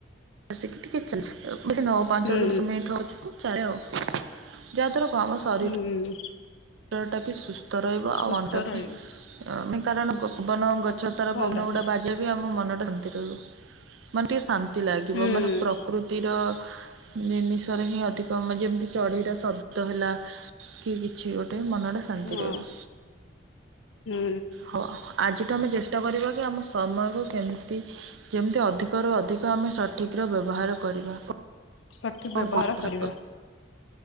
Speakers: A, on the right; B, on the left.
A: ବସିକି ଟିକେ ଚାଲ ବେଶୀ ନ ହଉ ପାଞ୍ଚରୁ
B: ହୁଁ
A: ଦଶ ମିନିଟ ହଉଚି କୁ ଚାଲେ ଆଉ। ଯାହା ଦ୍ୱାରା କଣ ହବ୍ ଶରୀର
B: ହୁଁ।
A: ଶରୀରଟା ବି ସୁସ୍ଥ ରହିବ ଆଉ
B: ସୁସ୍ଥ
A: ଅଣ୍ଟା ବି
B: ରହିବି
A: ଉଁ ମାନେ କାରଣ ପବନ ଗ ଛତ ର
B: ଭଲ
A: ପବନ
B: ରହିବି
A: ଗୁଡ଼ା ବାଜିବା ବି ଆମ ମନଟା ଷାନ୍ତି ରହୁବ ମାନେ ଟିକେ ଶା ତି ଲାଗିବ
B: ହୁଁ
A: ମାନେ ପ୍ରକୃତିର। ଜିନିଷରେ ହିଁ ଅଧିକ ମ ଯେମିତି ଚଢ଼େଇର ଶବ୍ଦ ହେଲା କି କିଛି ଗୋଟେ ମନଟା ଶାନ୍ତି
B: ହଁ
A: ରହିବ
B: ହୁଁ
A: ହଉ ଆଜିଠୁ ଆମେ ଚେଷ୍ଟା କରିବା କି ଆମ ସମୟକୁ କେମିତି ଯେମିତି ଅଧିକରୁ ଅଧିକ ଆମେ ସଠିକର ବ୍ୟବହାର କରିବା।
B: ସଠିକ
A: କଣ
B: ବ୍ୟବହାର
A: କହୁଛ?
B: କରିବା।